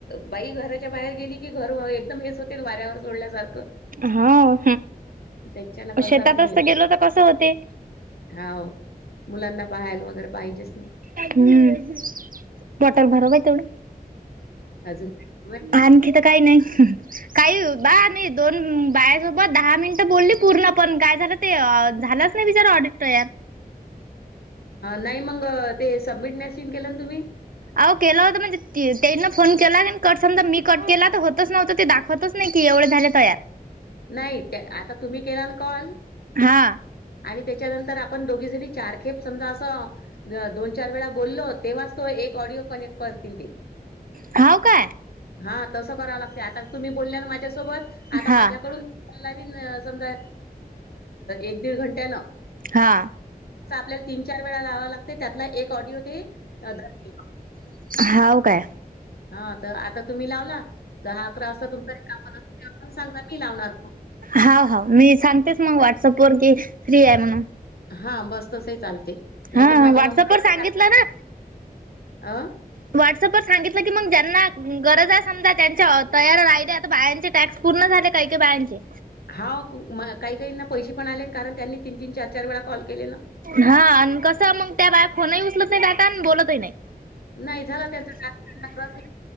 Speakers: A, on the left; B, on the right.
A: बाई घराच्या बाहेर गेली की घर एकदम हेच होते वाऱ्यावर. सोडल्यासारख
B: हा.
A: त्यांच्यान करताच
B: शेतातच
A: नाही येत.
B: तर गेलो तर कसं होते.
A: हाव मुलांना पाहायला वगैरे पाहिजेच न.
B: हम्म. बॉटल भरव बाई तेवढ
A: अजून काय सुरू आहे?
B: आणखी तर काही नाही. काही बा आणि मी दोन बायासोबत दहा मिनिट बोलली पूर्ण पण काय झाल. ते झालच नाही बिचारा ऑडिट तयार.
A: नाही मग ते सबमिट नसिन केल ना तुम्ही.
B: अहो केला होता म्हणजे त्यायन फोन केला कट समजा मी कट केला तर होतच नव्हता ते दाखव होतच नाही की एवढ झाल तयार.
A: नाही त्या आता तुम्ही केला न कॉल.
B: हां
A: आणि त्याच्यानंतर आपण दोघी जणी चारखेप समजा अस दोन चार वेळा बोललो तेव्हाच तो एक ऑडिओ कनेक्ट. करतील तेे.
B: हाव काय
A: हा तस कराव लागते आता तुम्ही बोलल्या ना माझ्यासोबत आता
B: हा
A: माझ्याकडून लावीन समजा एक दीड घंट्यान.
B: हा
A: आपल्याला तीन चार लावावा लागते त्यातला एक ऑडिओ ते अ, धरतील.
B: हाव काय.
A: हा तर आता तुम्ही लावला दहा अकरा वाजता तुमचा रिकामा <unintelligible> पण ते सांगा मी लावणार.
B: हाव हाव मी सांगतेच मग व्हॉट्सअप वर की फ्री आहे म्हणून.
A: हां बस तसही चालते. नाही
B: हां
A: तर माझ्या
B: व्हॉट्सअप
A: नंबरवरही
B: वर सांगितल
A: टाका
B: ना.
A: अ
B: व्हॉट्सअपवर सांगितल की मग ज्यांना गरज आहे समजा त्यांच्या तयार राहिली आता बायांचे टास्क पूर्ण झाले काय काय बायांचे.
A: हां मग काही काहींना पैसे पण आले कारण त्यांनी तीन तीन चार चार वेळा कॉल केले ना.
B: हां आणि कस मंग त्या बाया फोनही उचलत नाही आता आणि बोलतही नाही.
A: नाही झाला त्यांचा टास्क त्यांना गरज